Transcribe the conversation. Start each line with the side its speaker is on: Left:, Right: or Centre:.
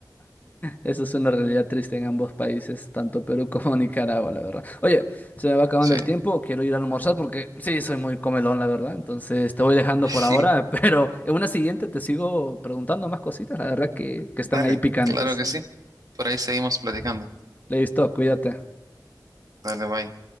Left: Eso es una realidad triste en ambos países, tanto Perú <laughs> como Nicaragua, la verdad. Oye, se me va acabando
Right: Sí.
Left: el tiempo, quiero ir a almorzar porque sí, soy muy comelón, la verdad. Entonces te voy dejando
Right: <laughs>
Left: por ahora, <laughs> pero en una siguiente te sigo preguntando más cositas, la verdad que, que están
Right: Dale,
Left: ahí picantes.
Right: claro que sí. Por ahí seguimos platicando.
Left: Listo, cuídate.
Right: Dale, bye.